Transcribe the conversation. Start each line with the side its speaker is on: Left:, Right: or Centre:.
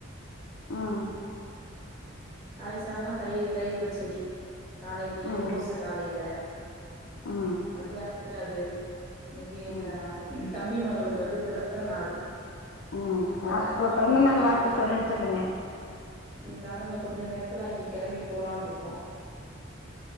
Left: ம்
Centre: காய் சாதொ தயி தயிர் பச்செடி காலேயிலே
Left: ஆ
Centre: தோசை காலையில
Left: ஆ
Centre: மத்தியானத்துக் என்னா அது இன்னைக்கு
Left: ஆ
Centre: எங்க தம்பி மகளுக்கு வந்து பிறந்த நாள்
Left: ம்
Centre: எல்லாரு
Left: அப்ப பிறந்த
Centre: இன்னு கொஞ்ச
Left: நாள்
Centre: நேரத்துல
Left: வாழ்த்து சொன்னேன்னு சொல்லுங்க
Centre: எல்லாரு இன்னும் கொஞ்ச நேரத்துல அங்க கெளம்பி போலான்ருக்கோ